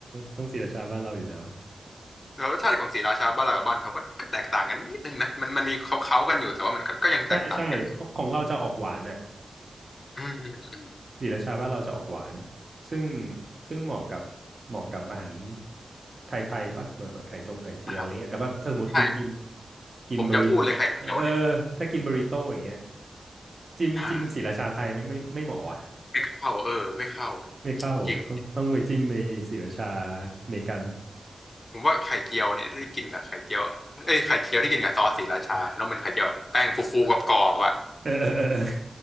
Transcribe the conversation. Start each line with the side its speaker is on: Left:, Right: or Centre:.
Right: ต้องศรีราชาบ้านเราอยู่แล้ว
Left: แล้วรสชาติของศรีราชาบ้านเรากับบ้านเขาก็ก็แตกต่างกันนิดนึงนะมันมันมีเขาเขากันอยู่แต่ว่ามันก็ก็ยังแตกต่างกัน
Right: ใช่ใช่ของของเราจะออกหวานอ่ะ
Left: อืมอืม
Right: ศรีราชาบ้านเราจะออกหวานซึ่งซึ่งเหมาะกับเหมาะกับอาหารไทยๆปะเหมือนกับไข่จงไข่เจียวอะไรเงี้ยแต่ว่าถ้าสมมติคุณกิน
Left: อ่าใช่
Right: กินบริ
Left: ผมจะพูดเลยไข่เจียวเนี่ย
Right: เออถ้ากินบริโต้อย่างเงี้ยจิ้มจิ้มศรีราชาไทยแม่งไม่ไม่เหมาะว่ะ
Left: อ่าไม่เข้าเออไม่เข้า
Right: ไม่เข้าต้องต้องไปจิ้มไปศรีราชา
Left: จริง
Right: อเมริกัน
Left: ผมว่าไข่เจียวเนี่ยที่กินกับไข่เจียวเอ้ยไข่เจียวที่กินกับซอสศรีราชาแล้วมันไข่เจียวแบบแป้งฟูๆกับกรอบๆอะ
Right: เออเออเออเออ